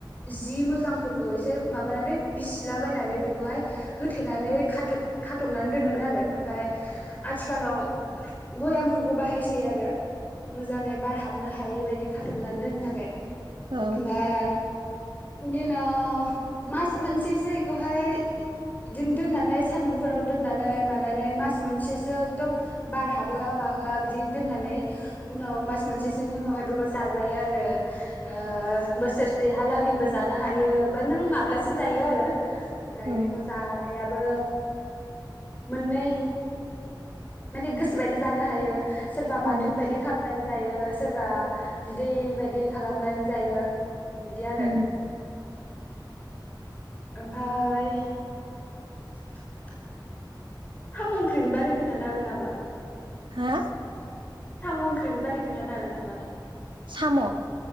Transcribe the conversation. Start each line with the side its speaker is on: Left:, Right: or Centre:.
Left: जि मो जांफोरखौ एसे माबानानै बिसिला बायनानै बेखौहाय होथेनानै खाथ'ब खाथ'बनानै दोनोमोन आरो ओमफाय आथिखालाव भयामफोरखौ बाहायसै आरो मोजाङै बार हाबनो हायै बा बि खाथ'बनानै दोननो थाखाय
Right: औ
Left: ओमफाय बेनि उनाव मास मोनसेसोखौहाय बिदिनो दोननानै सान्दुंफोराव दोननानै मानानै मास मोनसेसो एकदम बार हाबोहोआ माहोआ बिदि दोननानै उनाव मास मोनसेसोनि उनावहाय बेखौ जाजायो आरो ओ बोसोर सेहालागैबो जानो हायो ओफ्राय नों माब्लासिम जायो आरो ओमफ्राय
Right: औ
Left: बेखौ जानाया बो मोननै माने गोसोबायदि जानो हायो सोरबा बाथोन
Right: औ
Left: बायदि खालामना जायो सोरबा बिदै बायदि खालामनानै जायो बिदि आरो
Right: उम
Left: ओम बाय <inaudible> साम ओंख्रिनि बारै खोनथानो हागोन नामा?
Right: हा
Left: साम ओंख्रिनि बारै खोनथानो हागोन नामा?
Right: साम